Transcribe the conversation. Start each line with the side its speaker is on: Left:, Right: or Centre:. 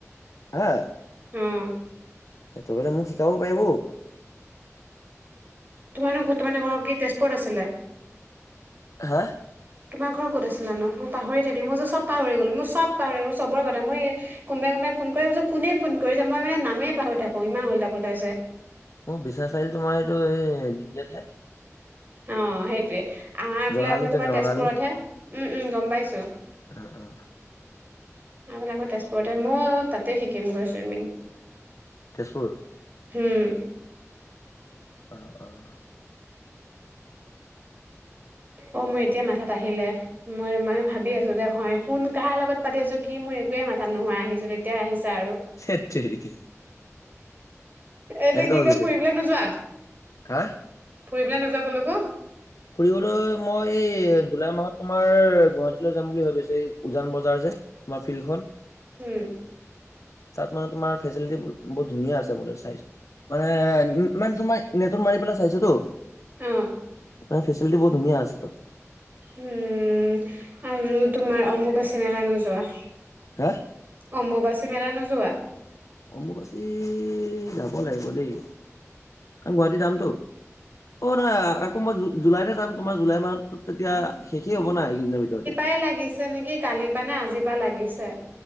Left: হা
Right: উম
Left: সেইটো বলে মোক শিকাব পাৰিব অ
Right: তোমাৰ নো ঘৰ ক'ত তোমাৰ নো কি তেজপুৰ আছিলে
Left: হা
Right: তোমাৰ ঘৰ ক'ত আছিলেনো মই পাহৰি থাকিলোঁ মই যে চব পাহৰি গ'লো মই চব পাহৰি গ'লো মই চবৰে কথা মই, কোনোবাই কোনবাই ফোন কৰে মই কৈছো কোনে ফোন কৰিছে মই মানে নামেই পাহৰি থাকো ইমান ওলটা পোটা হৈছে।
Left: মোৰ বিশ্বনাথ চাৰিআলি তোমাৰ এইটো এই দিতিয় ঠাইত,
Right: অ সেইটোৱে আমাৰফালে
Left: জৰ্ণালী
Right: আকৌ তোমাৰ
Left: যে জৰ্ণালী
Right: তেজপুৰতহে উম উম গম পাইছো।
Left: অ অ
Right: আমাৰ ফালে আকৌ তেজপুৰত হে মই তাতেই শিকিমগৈ ছুইমিং।
Left: তেজপুৰ
Right: হোম।
Left: <inaudible>
Right: অ মোৰ এতিয়া মাথাত আহিলে মই মানে ভাবি আছো যে হয় কোন। কাৰ লগত পাতি আছো কি মোৰ একোৱে মাথাত নোহোৱা আহিছিলে এতিয়া আহিছে আৰু,
Left: থেত তেৰিকি
Right: এইটো
Left: এনেকুৱা
Right: কি
Left: হৈ
Right: কয়
Left: গৈছে
Right: ফুৰিবলৈ নোযোৱা?
Left: হা
Right: ফুৰিবলে নোযোৱা কলেকো?
Left: ফুৰিবলৈ মই এই জুলাই মাহত তোমাৰ গুৱাহাটীলৈ যাম বুলি ভাবি আছো উজান বজাৰ যে। তোমাৰ ফিলখন।
Right: উম
Left: তাত মানে তোমাৰ ফেচিলিটি বহুত ধুনীয়া আছে বোলে চাই। মানে মানে তোমাৰ নেটত মাৰি পেলাই চাইছোতো।
Right: অ',
Left: মানে ফেচিলিটি বহুত ধুনীয়া আছে তাত।
Right: উম আৰু তোমাৰ অম্বুবাচী মেলা নোযোৱা?
Left: হা?
Right: অম্বুবাচী মেলা নোযোৱা?
Left: অম্বুবাচী যাব লাগিব দেই। কাৰণ গুৱাহাটী যামতো অঁ নহয় আকৌ মই জু জুলাইতে যাম তোমাৰ জুলাই মাহত। ত তেতিয়া শেষে হ'ব না এইকেইদিনৰ ভিতৰতে।
Right: <unintelligible> তেনেকে কালিৰ পৰা নে আজিৰ পা লাগিছে।